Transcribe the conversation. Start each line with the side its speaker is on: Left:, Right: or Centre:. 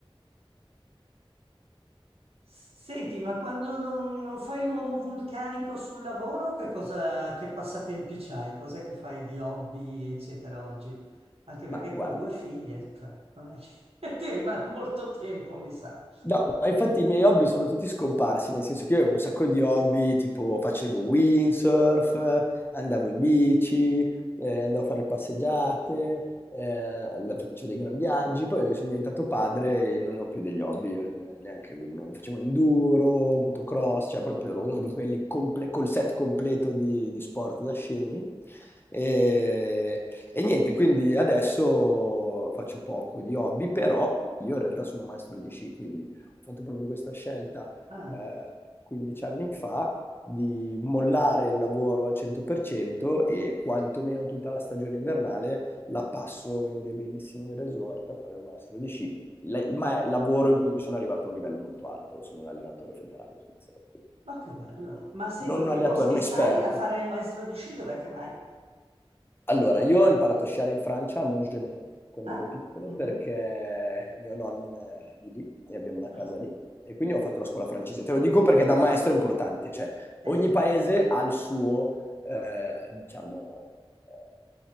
Right: Senti, ma quando non, non fai l'uomo vulcanico sul lavoro, che cosa, che passatempi c'hai? Cos'è che fai di hobby, eccetera, oggi? Anche
Left: Ma
Right: perché
Left: guarda,
Right: con due figlie, cioè, non è che <laughs> ti rimane molto tempo, mi sa.
Left: No, ma infatti i miei hobby sono tutti scomparsi, nel senso che io avevo un sacco di hobby,
Right: Sì.
Left: tipo facevo windsurf, eh, andavo in bici, eh, andavo a fare passeggiate, eh, and- facevo dei gran viaggi, poi sono diventato padre e non ho più degli hobby, eh, neanche uno. Facevo enduro, motocross, cioè proprio ero uno di quelli comple- col set completo di, di sport da scemi. E, e niente, quindi adesso faccio poco di hobby, però io in realtà sono maestro di sci, quindi ho fatto proprio questa scelta
Right: Ah,
Left: eh, 15 anni fa di mollare il lavoro al 100% e quantomeno tutta la stagione invernale la passo in dei bellissimi resort a fare il maestro di sci, Le- ma è lavoro in cui sono arrivato a un livello molto alto, sono un allenatore federale svizzero, quindi
Right: ma
Left: penso.
Right: che bello. Ma senti,
Left: non
Right: in
Left: un
Right: che
Left: allenatore,
Right: posti
Left: un
Right: stai
Left: esperto.
Right: a fare il maestro di sci? Dov'è che vai?
Left: Allora, io ho imparato a sciare in Francia, a Montgenèvre, quando
Right: Ah?
Left: ero piccolo,
Right: Mhm.
Left: perché mio nonno è di lì e abbiamo una
Right: Ah.
Left: casa lì. E quindi ho fatto la scuola francese. Te lo dico perché da maestro è importante, cioè
Right: Eh
Left: ogni
Right: sì,
Left: paese ha il suo, eh, diciamo, eh,